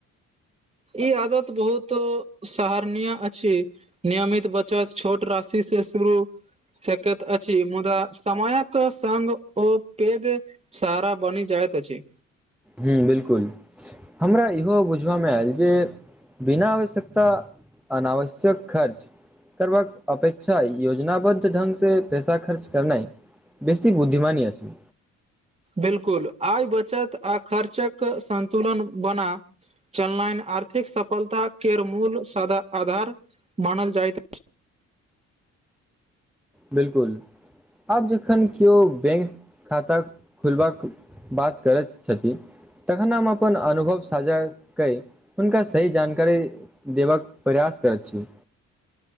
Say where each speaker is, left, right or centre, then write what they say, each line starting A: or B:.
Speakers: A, on the right; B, in the centre.
A: ई आदत बहुत सरनीय अछि नियमित बचत छोट राशि से शुरू सकैत अछि मुदा समयक सगं ओ पेग सारा बनी जायइत छी
B: हुबिलकुल हमरा इहो बुझबयमे आयल जे बिना आवश्यकता अनावश्यक खर्च करबाक अपेक्षा योजनाबद्ध ढ्ंग से पैसा खर्च करनाइ बेसी बुद्धिमानी अ छै
A: बिलकुल आइ बचत आ खर्चक संतुलन बना चनलाइन आर्थिक सफलता के मूल आधार मानल जायत
B: बिलकुल आब जखन कियो बैंक खाता खुलबा बात करैत छथि तखन हम अपन अनुभव साझा कै हुनका सही जानकारी देबबाक प्रयास करैत छी